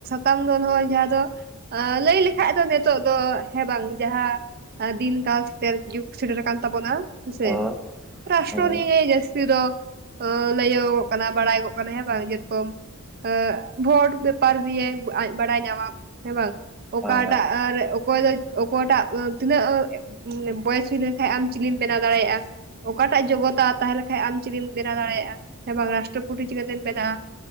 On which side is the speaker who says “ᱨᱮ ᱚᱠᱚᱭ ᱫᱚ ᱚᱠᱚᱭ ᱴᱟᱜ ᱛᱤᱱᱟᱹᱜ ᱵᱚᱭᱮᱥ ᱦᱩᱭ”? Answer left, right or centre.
Right